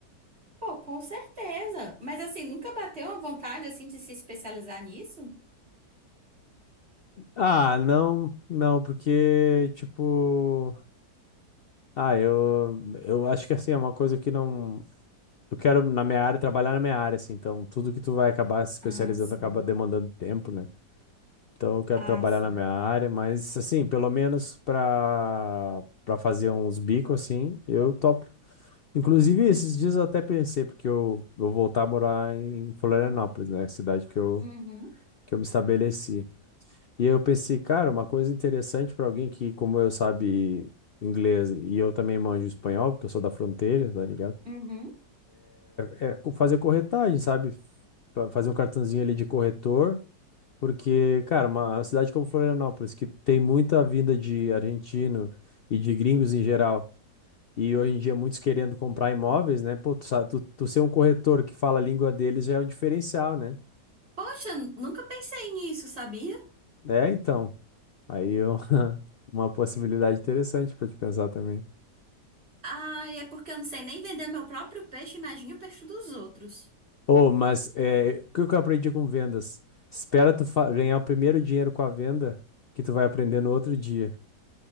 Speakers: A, on the right (about 35°); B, on the left (about 80°).
A: Pô, com certeza. Mas assim, nunca bateu a vontade assim de se especializar nisso?
B: Ah, não, não, porque, tipo. Ah, eu, eu acho que assim, é uma coisa que não. Eu quero, na minha área, trabalhar na minha área, assim. Então, tudo que tu vai acabar se especializando
A: Ah, sim.
B: acaba demandando tempo, né? Então, eu quero
A: Ah,
B: trabalhar
A: sim.
B: na minha área, mas, assim, pelo menos pra, pra fazer uns bicos, assim, eu topo. Inclusive, esses dias eu até pensei, porque eu vou voltar a morar em Florianópolis, né? Cidade que eu,
A: Uhum,
B: que eu me estabeleci. E eu pensei, cara, uma coisa interessante para alguém que, como eu, sabe inglês e eu também manjo espanhol, porque eu sou da fronteira, tá ligado?
A: uhum.
B: É co- fazer corretagem, sabe? Fa- Fazer um cartãozinho ali de corretor, porque, cara, uma cidade como Florianópolis, que tem muita vinda de argentino e de gringos em geral, e hoje em dia muitos querendo comprar imóveis, né? Pô, tu, sa- tu, tu ser um corretor que fala a língua deles já é um diferencial, né?
A: Poxa, nunca pensei nisso, sabia?
B: É, então. Aí eu- <laughs> uma possibilidade interessante para te pensar também.
A: Ah, é porque eu não sei nem vender meu próprio peixe, imagine o peixe dos outros.
B: Oh, mas é, o que que eu aprendi com vendas? Espera tu fa- ganhar o primeiro dinheiro com a venda que tu vai aprender no outro dia.